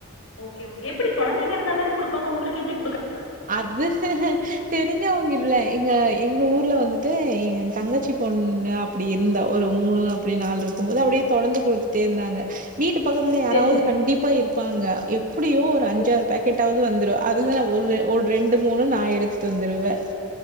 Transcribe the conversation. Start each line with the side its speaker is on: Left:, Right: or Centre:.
Left: ஓகே எப்படி குழந்தைங்க இருந்தா தானே குடுப்பாங்க உங்களுக்கு எப்படி
Right: அது தெரிஞ்சவங்க இல்ல எங்க எங்க ஊர்ல வந்து தான் ஏன் தங்கச்சி பொண்ணு அப்படி இருந்தா ஒரு மூணு அப்படி நாள் இருக்கும்போது அப்படியே தொடர்ந்து கொடுத்து இருந்தாங்க வீட்டு பக்கத்துல யாராவது
Left: செரிங்க சிஸ்
Right: கண்டிப்பா இருப்பாங்க எ எப்படியோ ஒரு அஞ்சாறு
Left: ஓ
Right: பேக்கெட்டாவது வந்துறு அதுலந்து நான் ஒரு ஒரு ரெண்டு மூணு நா எடுத்துட்டு வந்துருவே